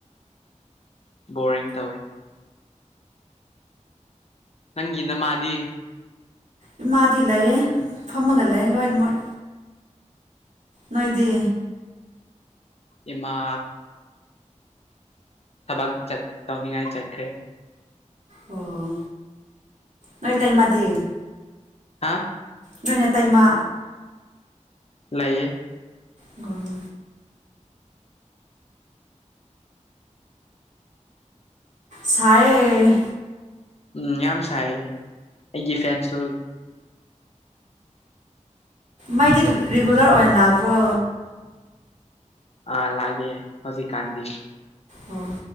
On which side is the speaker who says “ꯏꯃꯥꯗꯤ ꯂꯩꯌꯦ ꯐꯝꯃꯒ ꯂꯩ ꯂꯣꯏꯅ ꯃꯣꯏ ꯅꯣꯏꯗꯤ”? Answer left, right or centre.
Right